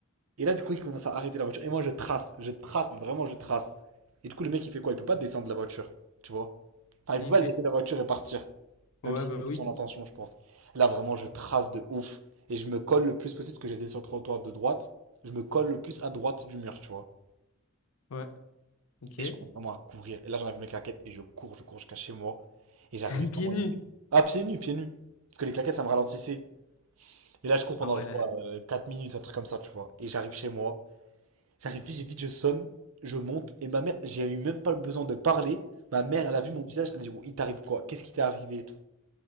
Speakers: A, on the right (about 75°); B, on the left (about 80°).
A: et là, du coup, il commence à arrêter la voiture. Et moi, je trace, je trace, mais vraiment, je trace. Et du coup, le mec, il fait quoi? Il peut pas descendre de la voiture, tu vois? Enfin, il
B: Et
A: peut pas
B: il fait.
A: laisser la voiture et partir. Même
B: Ouais,
A: si
B: bah
A: c'était
B: oui.
A: son intention, je pense. Là, vraiment, je trace de ouf. Et je me colle le plus possible, parce que j'étais sur le trottoir de droite. Je me colle le plus à droite du mur, tu vois.
B: Ouais. Ok.
A: Et je commence vraiment à courir. Et là, j'enlève mes claquettes et je cours, je cours jusqu'à chez moi. Et j'arrivais
B: <laughs>
A: vraiment.
B: Pieds nus.
A: j'étais- Ah, pieds nus, pieds nus. Parce que les claquettes, ça me ralentissait. Et là, je cours pendant,
B: Ah ouais,
A: je
B: la...
A: crois, 4 minutes, un truc comme ça, tu vois. Et j'arrive chez moi. J'arrive vite, vite, je sonne, je monte, et ma mère, j'ai eu même pas besoin de parler. Ma mère, elle a vu mon visage, elle a dit, Wow, il t'arrive quoi? Qu'est-ce qui t'est arrivé et tout?